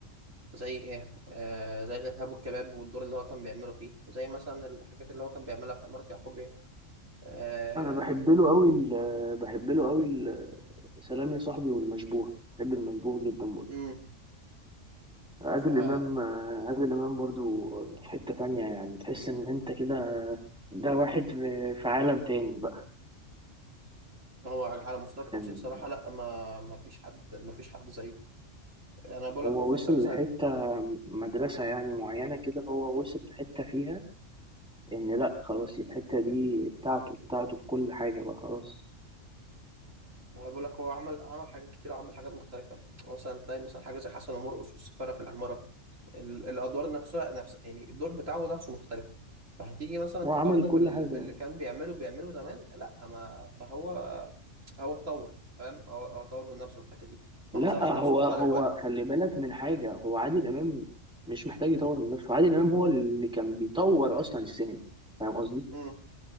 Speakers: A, on the right; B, in the centre.
A: زي إيه آه، زي الإرهاب والكباب والدور اللي هو كان بيعمله فيه زي مثلا الحاجات اللي هو كان بيعملها في عمارة يعقوب آه،
B: انا بحب له قوي ال- بحب له قوي ال- سلام يا صاحبي والمشبوه بحب المشبوه جدا برضه
A: امم
B: عادل
A: فهو
B: امام آه، عادل امام برضه آه، في حتة تانية يعني تحس ان انت كده ده واحد في في عالم تاني بقى
A: على على مستوى التمثيل
B: كان
A: صراحة لا ما ما فيش حد ما فيش حد زيه يعني انا بقول
B: هو
A: لك هو فانت
B: وصل
A: مثلا
B: لحتة مدرسة يعني معينة كده هو وصل لحتة فيها إن لأ خلاص الحتة دي بتاعته بتاعته في كل حاجة بقى خلاص
A: هو بقول لك هو عمل عمل حاجات كتير وعمل حاجات مختلفة مثلا تلاقي مثلا حاجة زي حسن ومرقص والسفارة في العمارة ال- الادوار نفسها نفس يعني الدور بتاعه نفسه مختلف فهتيجي مثلا تقارنه
B: هو عمل كل
A: بال...
B: حاجة
A: باللي
B: أهو
A: كان بيعمله بيعمله زمان لا ما فهو هو اتطور فاهم هو هو اتطور من نفسه في الحتة دي ما
B: لأ
A: حصرش نفسه
B: هو
A: في
B: هو
A: قالب واحد
B: خلي بالك من حاجة هو عادل إمام مش محتاج يطور من نفسه عادل إمام هو اللي كان بيطور أصلا السينما فاهم قصدي؟
A: امم